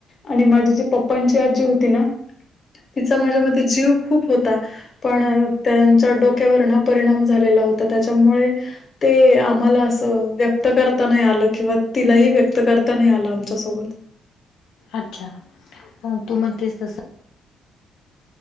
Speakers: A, on the left; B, on the left.
A: आणि माझेजे पप्पांचे ती आजी होती नां तिचां माझ्यां मध्यें जीव खूंप होतां पणं त्यांच्या डोक्यांवर नां परिणांम झालेला होतां त्यांच्यामुळे ते आम्हांला असं व्यंक्त करतां नाहीं आलं किंवा तिलांही व्यंक्त करतां नाहीं आलं आमच्यांसोबतं
B: अच्छा तूं म्हणतेस तसं